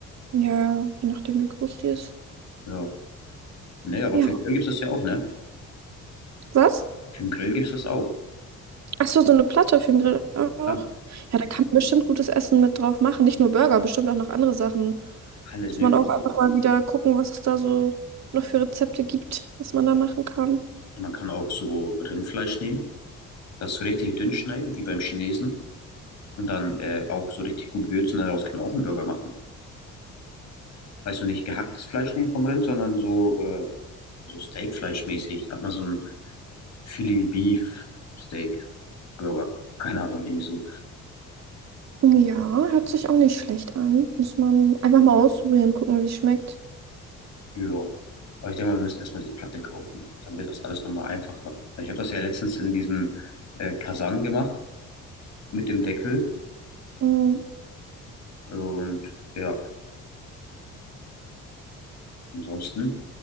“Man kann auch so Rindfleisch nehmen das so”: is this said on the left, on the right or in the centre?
Left